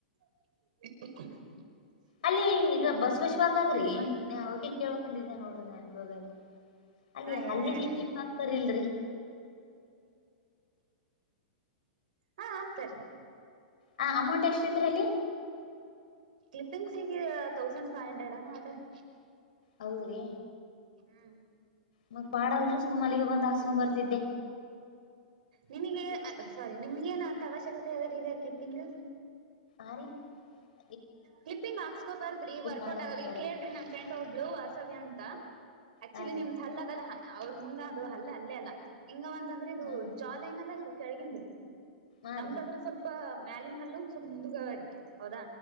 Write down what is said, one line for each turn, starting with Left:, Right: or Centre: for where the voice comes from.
Right: <inaudible>
Left: ಅಲ್ಲಿ ಈಗ ಬಸವೇಶ್ವರಧಾಗ್ರೀ
Right: ಹ್ಮ
Left: ಅವಾಗಿ <unintelligible> ಕೇಳಬೇಕನ್ದ್ ನೋಡ್ರಿ ಅನ್ಪ ಹೋಗ ಆಲ್ಲಿ
Right: ಹಾ ಹೇಳಿ
Left: ಹಲ್ಲಿಗೆ
Right: ಹೇಳ್ರಿ
Left: ಕ್ಲಿಪ್ ಆಗ್ತಾರಲ್ರಿ
Right: ಹಾ ಹಾಕ್ತಾರೀ
Left: ಹ ಅಮೌಂಟ್ ಎಷ್ಟಿತ್ ರೀ ಅಲ್ಲಿ
Right: ಕ್ಲಿಪಿಂಗ್ಸ್ಗ ತೌಸಂಡ್ ಫೈವ್ ಹಂಡ್ರೆಡ್ ಅನಾ ಅದ ರೀ
Left: ಹೌದ್ರಿ
Right: ಹ್ಮ್
Left: ಮ ಪಾಡಲ್ ಮಲ್ಲಿಗೆ ಬಂದ್ ಹಸ್ಮ ಬರ್ತಿದ್ದೆ
Right: ನಿನಗೆ ಸಾರಿ ನಿಮ್ಗ ಏನ ಅಂತ ಅವಶ್ಯಕತೆ ಅದ್ರ ಈಗ ಕ್ಲಿಪಿಂಗ್
Left: ಆರಿೀ <unintelligible>
Right: ಕ್ಲಿಪ್ಪಿಂಗ್ ಹಾಕ್ಸ್ಕೋಬಾರ್ರಿ ವರ್ಕೌಟ್
Left: ಮಾಡ್ಲಕತ್ತವ್ರೀ
Right: ಆಗಲ್ಲ ಇಲ್ ಕೇಳ್ರಿ ನನ್ ಫ್ರೆಂಡ್ ಒಬ್ಳು ವಾಾಸವ್ಯ ಅಂತ <inaudible> ಆಕ್ಚುಲಿ
Left: ಹಾ ರೀ
Right: ನಿಮ್ದ್ ಅಲ್ಲ ಅದಲ್ಲ ಅವ್ರರು ಮುಂದ್ ಅದು ಅಲ್ಲ ಅಲ್ಲೇ ಅಲ್ಲ ಹಂಗಂದ ಂದ್ರೆ <unintelligible> ಇದು
Left: ಹ್ಮ್
Right: ಜಾಲ ಏನ ಅದಲ್ರಿ ಕೆಳಗಂದು
Left: ಹಾ
Right: ನಮ್ದ
Left: ರೀ
Right: ಆದ್ರೆ ಸ್ವಲ್ಪ ಮ್ಯಾಲಿನ ಹಲ್ಲ ಸ್ವಲ್ಪ ಮುಂದಕವ ರರಿ ಹೌದಾ